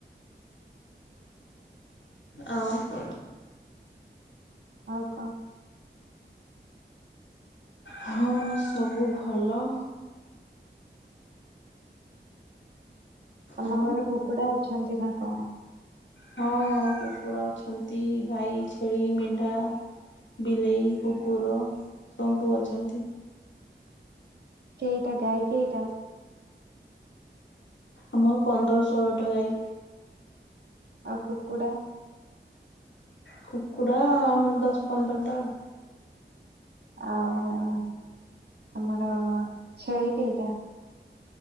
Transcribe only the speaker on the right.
ଅଉ କ?
ତମ
ଘରେ କୁକୁଡା ଅଛନ୍ତି ନା କଣ?
କେଇଟା ଗାଈ କେଇଟା?
ଆଉ କୁକୁଡ଼ା?
ଆଉଁ ତମର ଛେଳି କେଇଟା?